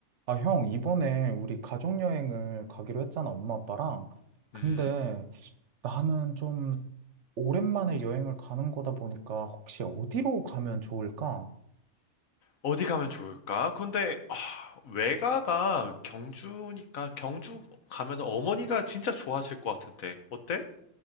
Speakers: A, on the right (about 60°); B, on the left (about 75°).
A: 아, 형, 이번에 우리 가족여행을 가기로 했잖아, 엄마, 아빠랑. 근데
B: 음,
A: 나는 좀 오랜만에 여행을 가는 거다 보니까 혹시 어디로 가면 좋을까?
B: 어디 가면 좋을까? 근데, 아, 외가가 경주니까, 경주 가면 어머니가 진짜 좋아하실 것 같은데, 어때?